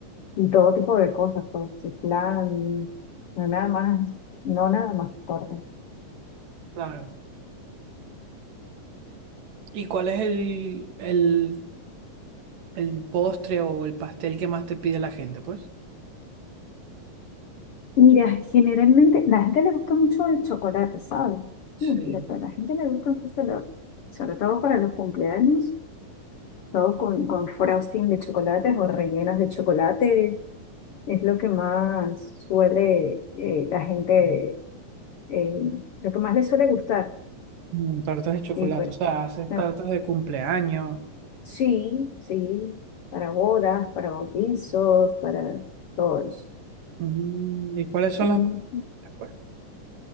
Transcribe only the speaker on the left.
y todo tipo de cosas. Todo, flan, no nada más, no nada más tortas.
Mira, generalmente la gente le gusta mucho el chocolate, ¿sabes?
Y mira, a la gente le gusta mucho, lo- sobre todo para los cumpleaños, todo con, con frosting de chocolates o rellenos de chocolate, es lo que más suele eh, la gente, eh, lo que más le suele gustar.
Y pues,
ah,
sí, sí, para bodas, para bautizos, para todos.
Ujú.